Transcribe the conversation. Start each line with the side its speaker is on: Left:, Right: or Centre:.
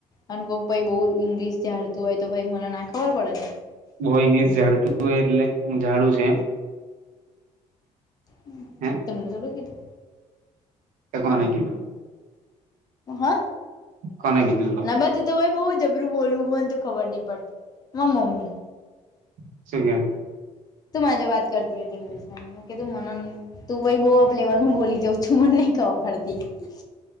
Left: અને કોક ભાઈ બહુ અંગ્રેજી ઝાડતો હોય તો મને ના ખબર પડે ને.
Right: કોઈ ઈંગ્લિશ ઝાડતું હોય એટલે હું ઈંગ્લિશ ઝાડું છું એમ
Left: મેં
Right: હે
Left: તમને થોડું કિધુ
Right: તો કોને કિધુ
Left: હા,
Right: કોને કીધું તો
Left: બસ. તો બહુ જબરું બોલુ, મને તો ખબર નથી પડતી મારી મમ્મી.
Right: <unintelligible>
Left: તું મારી જોડે વાત કરતી હતી ઈંગ્લિશ માં. <unintelligible> તું બહુ અપ લેવલનું બોલી જાવ છો, મને નહીં ખબર પડતી.